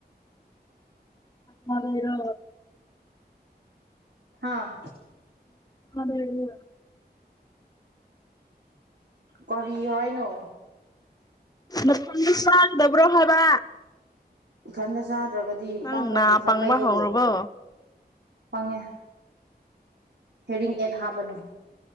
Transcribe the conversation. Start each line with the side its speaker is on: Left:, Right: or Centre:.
Left: ꯍꯥꯕꯩꯔꯣ
Right: ꯍꯥꯥ
Left: ꯍꯥꯕꯩꯔꯣ
Right: ꯀꯔꯤ ꯍꯥꯏꯅꯣ
Left: ꯃꯄꯥꯟꯗ ꯆꯥꯒꯗꯧꯕ꯭ꯔꯣ ꯍꯥꯏꯕ
Right: ꯏꯊꯟꯗ ꯆꯥꯗ꯭ꯔꯒꯗꯤ ꯂꯨꯄꯥ
Left: ꯅꯪ
Right: ꯀꯨꯟꯒꯤ
Left: ꯅꯥ
Right: ꯈꯛ
Left: ꯄꯪꯕ
Right: ꯂꯩꯕꯕꯨ
Left: ꯍꯧꯔꯕꯣ
Right: ꯐꯪꯉꯦ ꯍꯦꯔꯤꯡ ꯑꯦꯠ ꯍꯥꯞꯄꯅꯤ